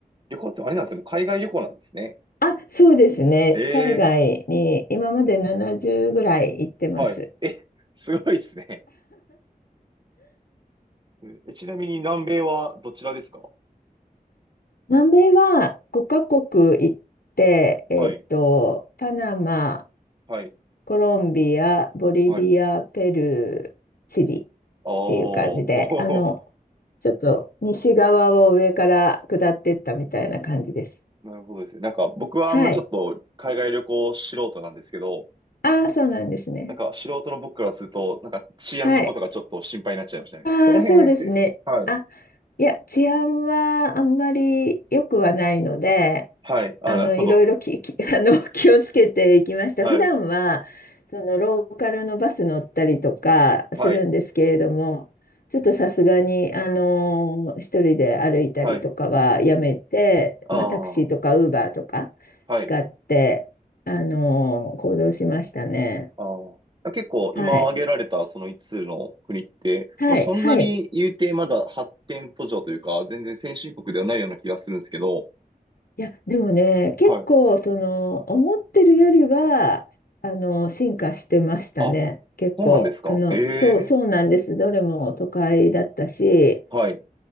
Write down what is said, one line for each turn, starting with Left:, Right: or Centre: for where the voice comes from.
Right: 旅行ってあれなんですね。もう海外旅行なんですね。
Left: あ、そうですね。
Right: え
Left: 海外に今まで70ぐらい行ってます。
Right: え。はい。え、すごいですね。うんえちなみに南米はどちらですか
Left: 南米は5カ国行って、えっと、
Right: はい、
Left: パナマ、
Right: はい、
Left: コロンビア、ボリビア、
Right: はい。ああ、
Left: ペルー、チリっ
Right: お
Left: ていう感じで、あの、ちょっと西側を上から下っていったみたいな感じです。
Right: ー <laughs> なるほどですね。なんか僕はあんまちょっと海外旅行素人なんですけど、
Left: はい。ああ、そうなんですね。
Right: なんか素人の僕からすると、なんか治安のことがちょっと心配になっちゃいましたね。
Left: はい。ああ、
Right: その辺って、
Left: そうですね。
Right: はい、
Left: あ、いや、治安はあんまり良くはないので、
Right: はい、あ、
Left: あの、
Right: なるほど。
Left: いろいろき、き、あの、<laughs> 気をつけていきました。
Right: はい、
Left: 普段は、その、ローカルのバス乗ったりとかするんですけれども、
Right: はい、
Left: ちょっとさすがに、あの、一人で歩いたりとかはやめて、
Right: はい、あ
Left: まあ、タクシーとかウーバーとか使って、
Right: あ、はい、
Left: あの、行動しましたね。
Right: ああ。結構今挙げられたその5つつの国って、
Left: はい。はい、
Right: まあ、そんなに言うてまだ発展途上というか、
Left: はい。
Right: 全然先進国ではないような気がするんですけど、
Left: いや、でもね、結構、
Right: はい。
Left: その、思ってるよりは、あの、進化してましたね。
Right: あ、
Left: 結構、
Right: そうなんですか。
Left: あの、
Right: ええ、
Left: そう、そうなんです。どれも都会だったし、
Right: はい。